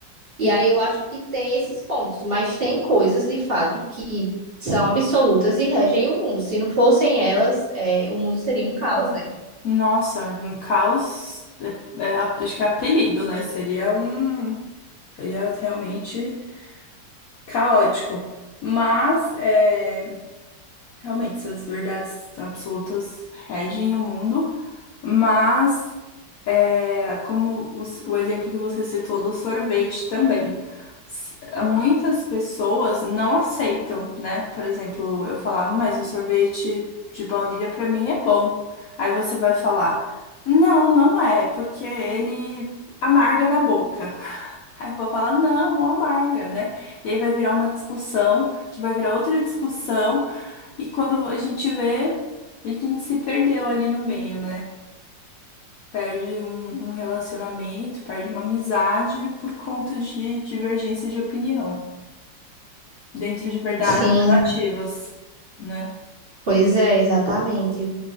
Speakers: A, on the right (about 35°); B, on the left (about 80°).
A: E
B: sim.
A: aí eu acho que tem esses pontos, mas tem coisas de fato que são absolutas e regem o mundo. Se não fossem elas, é, o mundo seria um caos, né?
B: Nossa, um caos é, é, acho que é apelido, né? Seria um. Seria realmente caótico. Mas, é, realmente, essas verdades absolutas regem o mundo. Mas, é, como o, o exemplo que você citou do sorvete também. s- muitas pessoas não aceitam, né? Por exemplo, eu falar, mas o sorvete de baunilha pra mim é bom. Aí você vai falar, não, não é, porque ele amarga na boca. <laughs> Aí eu vou falar, não, não amarga, né? E aí vai virar uma discussão, que vai virar outra discussão, e quando a gente vê, a gente se perdeu ali no meio, né? Perde um, um relacionamento, perde uma amizade por conta de divergência de opinião dentro de verdades
A: Sim,
B: relativas, né?
A: pois é, exatamente.